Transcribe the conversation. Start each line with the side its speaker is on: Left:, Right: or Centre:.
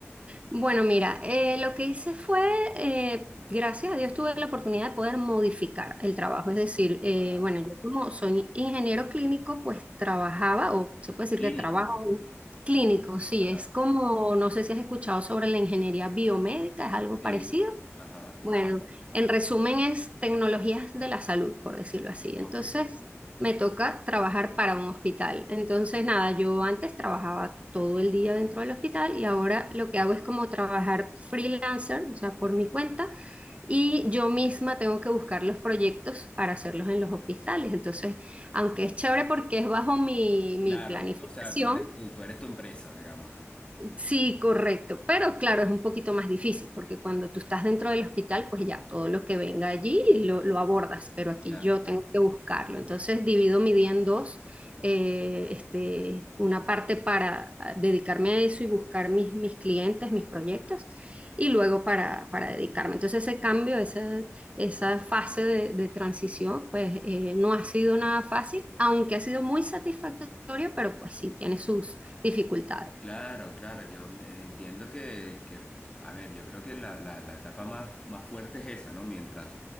Right: Bueno, mira, eh, lo que hice fue, eh, gracias a Dios tuve la oportunidad de poder modificar el trabajo. Es decir, eh,
Left: Ajá.
Right: bueno, yo como soy ingeniero clínico, pues trabajaba, o se puede decir
Left: Clínico.
Right: que trabajo clínico, sí,
Left: Ajá.
Right: es como, no sé si has escuchado sobre la ingeniería biomédica, es algo
Left: Sí.
Right: parecido.
Left: Ajá.
Right: Bueno, en resumen es tecnologías de la salud, por decirlo así.
Left: Ok.
Right: Entonces, me toca trabajar para un hospital. Entonces, nada, yo antes trabajaba todo el día dentro del hospital y ahora lo que hago es como trabajar freelancer, o sea, por mi cuenta, y yo misma tengo que buscar los proyectos para hacerlos en los hospitales. Entonces, aunque es chévere porque es bajo mi,
Left: Claro.
Right: mi planificación,
Left: O sea, tú eres, tú, tú eres tu empresa, digamos.
Right: Sí, correcto, pero claro, es un poquito más difícil porque cuando tú estás dentro del hospital, pues ya todo lo que venga allí lo, lo abordas, pero aquí
Left: Claro.
Right: yo tengo que buscarlo. Entonces divido mi día en dos, eh, este, una parte para ah, dedicarme a eso y buscar mis, mis clientes, mis proyectos, y luego para, para dedicarme. Entonces ese cambio, esa, esa fase de, de transición, pues eh, no ha sido nada fácil, aunque ha sido muy satisfactorio, pero pues sí, tiene sus dificultades.
Left: Claro, claro, yo eh, entiendo que, que, a ver, yo creo que la, la- la etapa más, más fuerte es esa, ¿no? Mientras